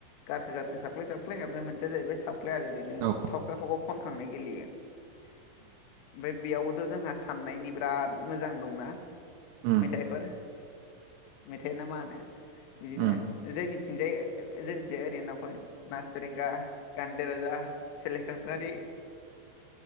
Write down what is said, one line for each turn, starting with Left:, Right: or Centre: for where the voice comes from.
Left: गारखो गारखो सापखलाय सापखलाय ओमफ्राय मोनसेया जाहैबाय साव ख्लाय आरो इदिनो
Right: औ
Left: थख' थख' खनखांनाय गेलेयो ओमफाय बेयावबो थ' जोंहा साननायनि बिराद मोजां दंना
Right: उम उम
Left: मेथाइफोर मेथायना मा होनो बिदिनो
Right: उम उम उम
Left: जोंनिथिंजाय जोंनिथिंजाय ओरैनो ना खनाय नास फेरेंगा गान्दौला, सेलेखांखारि,